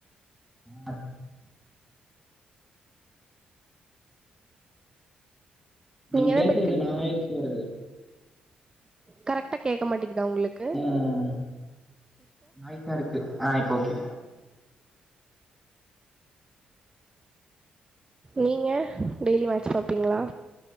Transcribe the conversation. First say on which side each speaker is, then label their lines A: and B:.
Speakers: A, in the centre; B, on the right.
A: அ நீங்க
B: எதா
A: பேசுறது
B: பெட் கட்
A: நாய்ஸ் வருது
B: கரெக்ட்டா கேக்க மாட்டிங்குதா உங்ளுக்
A: ம் நாய்ஸாருக்கு‌. ஆ இப்ப ஓகே.
B: நீங்க டெய்லி மேட்ச் பாபீங்களா